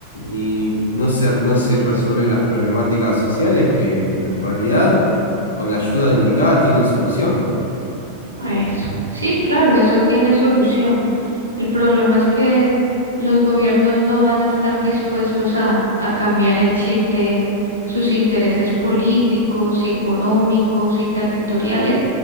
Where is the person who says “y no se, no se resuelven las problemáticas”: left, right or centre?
Left